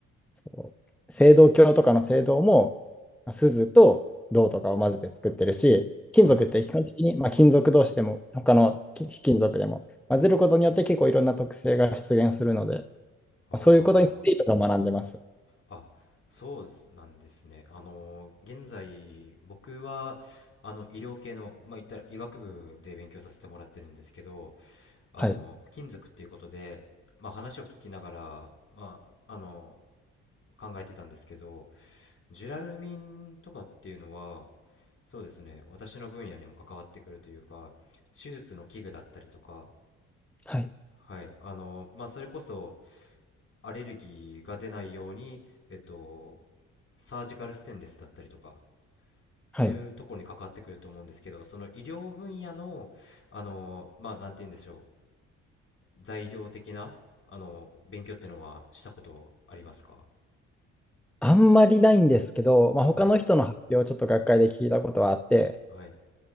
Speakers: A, in the centre; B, on the left (about 45°).
A: そう青銅鏡とかの青銅も、ま錫と銅とかを混ぜて作ってるし、金属って基本的に、
B: はい。
A: まあ、金属同士でも、他のき非金属でも、混ぜることによって結構いろんな特性が出現するので、ま
B: あ
A: あ、そういうことについていろいろ学んでます。
B: あ。あ、そうですなんですね。あの現在、僕は、あの、医療系の、まあ、言ったら医学部で勉強させてもらってるんですけど、あの、
A: はい。
B: 金属っていうことで、まあ、話を聞きながら、まあ、あの、考えてたんですけど、ジュラルミンとかっていうのは、そうですね、私の分野にも関わってくるというか、手術の器具だったりとか、
A: はい。
B: はい、あの、まあ、それこそ、アレルギーが出ないように、えっと、サージカルステンレスだったりとか、
A: はい。
B: っていうところに関わってくると思うんですけど、その医療分野の、あの、まあ、なんて言うんでしょう、材料的な、あの、勉強ってのはしたことありますか
A: あんまりないんですけど、まあ、他の人の発表をちょっと学会で聞いたことはあって、
B: はい、はい、